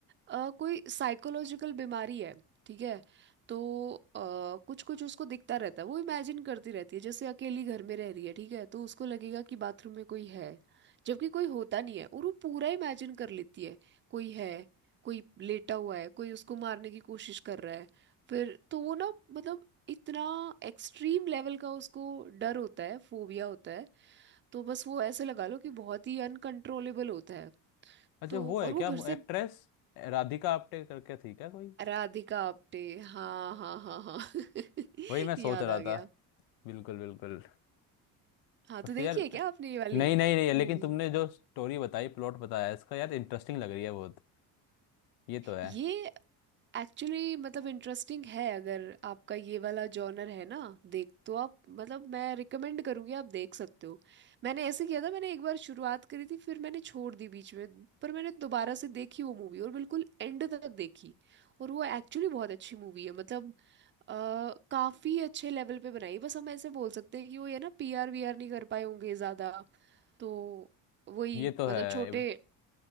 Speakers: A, on the right; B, on the left.
A: अ, कोई साइकोलॉजिकल बीमारी है ठीक है तो कुछ कुछ उसको दिखता रहता है वो इमेजिन करती रहती है जैसे अकेली घर में रह रही है ठीक है तो उसको लगेगा कि बाथरूम में कोई है जबकि कोई होता नहीं है और वो पूरा इमेजिन कर लेती है कोई है कोई लेटा हुआ है कोई उसको मारने की कोशिश कर रहा है फिर तो वो ना मतलब इतना एक्सट्रीम लेवल का उसको डर होता है फोबिया होता है तो बस वो ऐसे लगा लो कि बहुत ही अनकंट्रोलेबल होता है
B: अच्छा
A: तो
B: वो है
A: और
B: क्या
A: वो घर से
B: एक्ट्रेस राधिका आप्टे करके थी क्या कोई
A: राधिका आप्टे हाँ हाँ हाँ हाँ <laughs>
B: वही मैं
A: याद
B: सोच रहा
A: आ गया
B: था बिल्कुल बिल्कुल
A: हाँ तो
B: मतलब
A: देखिए
B: यार
A: क्या आपने ये वाली
B: नहीं नहीं नहीं लेकिन
A: मूवी
B: तुमने जो स्टोरी बताई प्लॉट बताया इसका यार इंटरेस्टिंग लग रही है बहुत ये तो है
A: ये एक्चुअली मतलब इंटरेस्टिंग है अगर आपका ये वाला जॉनर है ना देख तो आप मतलब मैं रिकमेंड करूँगी आप देख सकते हो मैंने ऐसे किया था मैंने एक बार शुरुआत करी थी फिर मैंने छोड़ दी बीच में पर मैंने दोबारा से देखी वो मूवी और बिल्कुल एंड तक देखी और वो एक्चुअली बहुत अच्छी मूवी है मतलब अ, काफी अच्छे लेवल पे बनाई बस हम ऐसे बोल सकते हैं कि वो ये ना पीआर वीआर नहीं कर पाए होंगे ज्यादा तो वही
B: ये तो
A: मतलब
B: है
A: छोटे